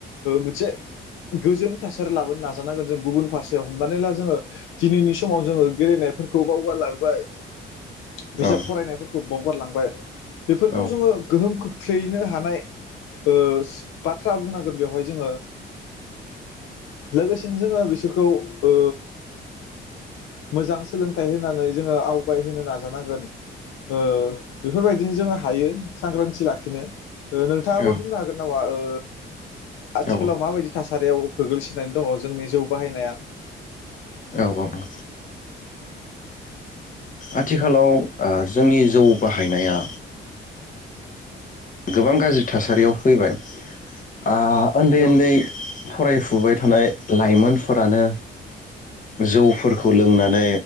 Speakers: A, on the left (about 85°); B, on the left (about 40°).
A: मोनसे गोजोन थासारि लाबोनो नाजानांगोन जों गुबुन फारसेायाव हमनानै ला जोङो दिनैनि समाव जोङो गेलेनायफोरखौ खौ बावगारलांबाय बिजाब
B: औ
A: फरायनाय बावगारलांबाय बेफोरखौ
B: औ
A: जोङो गोहोम खोख्लैनो हानाय ओ बाथ्रा बुंनांगोन बेवहाय जों लोगोसेनो जोङो बिसोरखौ ओ मोजां सोलोंथाइ होनानै जोङो आवगाय होनोनो नाजानांगोन ओ बेफोरबायदिनो जोङो हायो सांग्रांथि लाखिनो ओ नोंथाङाबो
B: औ
A: बुंनो हागोन नामा ओ आथिखालाव
B: औ
A: माबायदि थासारियाव गोग्लैसनोनानै दङ जोंनि जौ बाहायनाया
B: औ आथिखालाव ओ जोंनि जौ बाहायनाया गोबां गाज्रि थासारियाव फैबाय ओ उन्दै
A: औ
B: उन्दै फराय फुबाय थानाय लाइमोनफोरानो जौफोरखौ लोंनानै